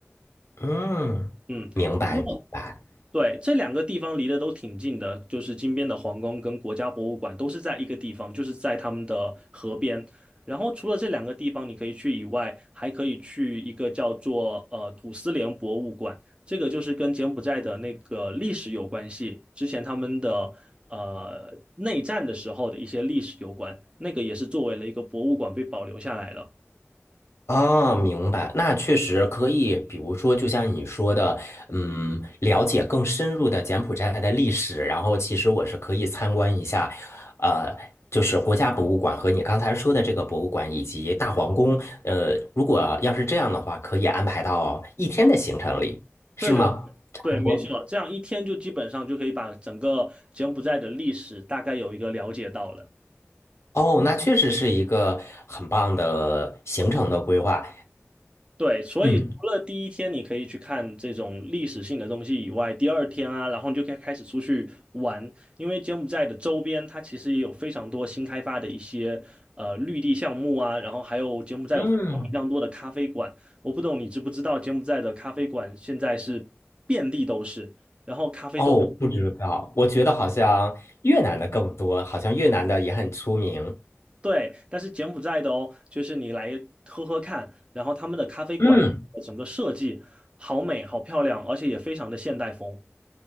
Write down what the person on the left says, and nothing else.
嗯，
明白明白，
哦，明白，那确实可以，比如说，就像你说的，嗯，了解更深入的柬埔寨的历史，然后其实我是可以参观一下，呃，就是国家博物馆和你刚才说的这个博物馆以及大皇宫，呃，如果要是这样的话，可以安排到一天的行程里，是吗？
差不多。
哦，那确实是一个很棒的行程的规划。
嗯
嗯，
哦，不知道，我觉得好像越南的更多，好像越南的也很出名。
嗯，